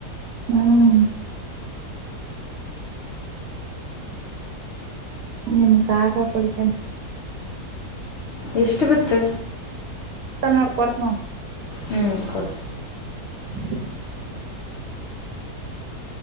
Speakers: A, on the right (about 65°); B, on the left (about 55°).
A: ಹ್ಮ್ ನಿಮ್ಗ ಆಾಗ ಕೊಡಸನ್
B: ಎಷ್ಟು ಬತ್ತು
A: ನೋಡ್ಕೊಡ್ತ ನವು
B: ಹ್ಮ್ ಕೊಡು
A: <inaudible>